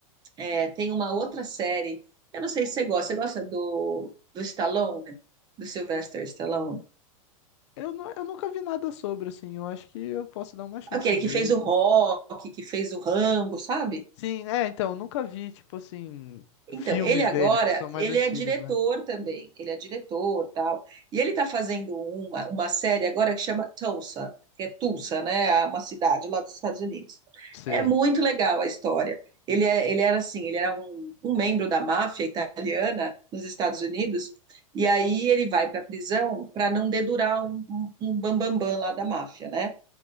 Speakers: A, on the right; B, on the left.
A: é, tem uma outra série. Eu não sei se você gosta. Você gosta do, do Stallone? Do Sylvester Stallone?
B: Eu, nu- eu nunca vi nada sobre, assim. Eu acho que eu posso dar uma chance
A: Aquele
B: e ver.
A: que fez
B: e
A: o
B: tal.
A: Rock, que fez o Rambo, sabe?
B: Sim, é, então, eu nunca vi, tipo assim,
A: Então,
B: filmes
A: ele agora,
B: dele, porque são mais
A: ele
B: antigos,
A: é diretor
B: né?
A: também, ele é diretor, tal. E ele está fazendo uma, uma série agora que chama Tulsa, que é Tulsa, né? é Uma cidade lá dos Estados Unidos.
B: Sei,
A: É muito legal a história. Ele, é- ele era assim, ele era um, um membro da máfia italiana nos Estados Unidos, e aí ele vai para a prisão para não dedurar um, um, um bambambam lá da máfia, né?